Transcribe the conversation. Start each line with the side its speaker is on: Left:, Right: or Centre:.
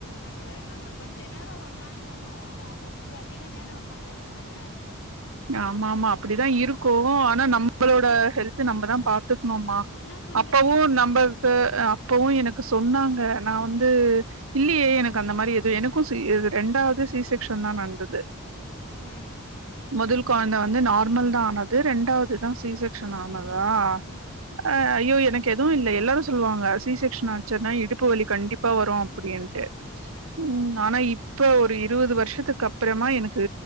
Left: அந்த நம்ம கொஞ்ச நேரா ஒக்காந்தாலு அவுங்களுக்கு வந்து அதிக நேரோ ஒக்காந்த மாரி தா இருக்கூ
Right: ஆமா ஆமா அப்டிதா இருக்கூ ஆனா நம் நம்பளோட ஹெல்த்து நம்மதா பாத்துக்ணுமா
Left: என்ன பண்றது
Right: அப்பவு
Left: கொஞ்சோ
Right: நம்ப து அப்பவு‌ எனக்கு சொன்னாங்க நா வந்து இல்லயே எனக்கு அந்த மாரி எது எனக்கு சீ ரெண்டாது சீ செக்ஷன் தா நட்ந்துது
Left: ம்
Right: மொதல் கொழந்த வந்து நார்மல் தா ஆனது ரெண்டாவது தா சீ செக்ஷன் ஆனதா
Left: ம்
Right: அ ஐயோ எனக்கு எதுவு இல்ல எல்லாரு சொல்லுவாங்க சீ செக் னாச்சுன்னா இடுப்பு வலி கண்டிப்பா வரு அப்புடின்ட்டு
Left: ம்
Right: ம் ஆனா இப்ப ஒரு இருவது வருஷத்துக்கப்றமா எனக்கு